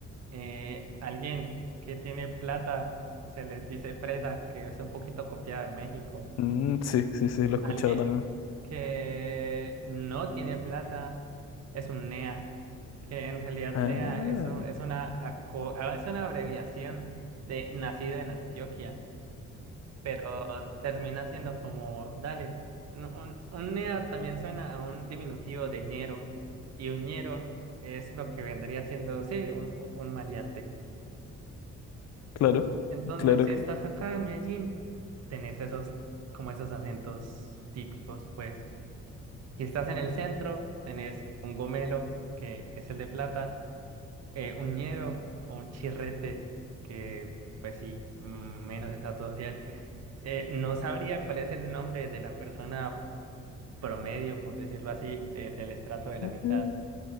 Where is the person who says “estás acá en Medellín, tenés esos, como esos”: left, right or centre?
Right